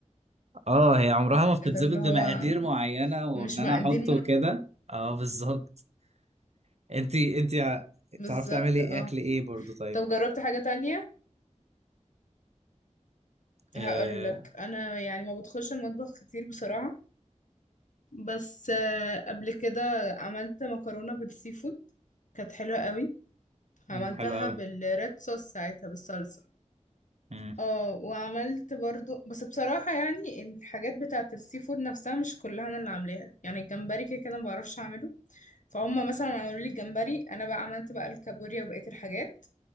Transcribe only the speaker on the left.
كده اللي هو
مش
مقادير
بالظبط
اه
طب جربت حاجة تانية
هقولك انا يعني ما بدخلش المطبخ كتير بصراحة بس آه، قبل كده عملت مكرونة بالسي فود كانت حلوة قوي عملتها
بالريد صوص ساعتها بالصلصة
اه وعملت برضو بس بصراحة يعني الحاجات بتاعة السي فود نفسها مش كلها انا اللي عاملاها يعني الجمبري كده كده ما بعرفش اعمله فهم مثلا عملوا لي الجمبري انا بقى عملت بقى الكابوريا وبقية الحاجات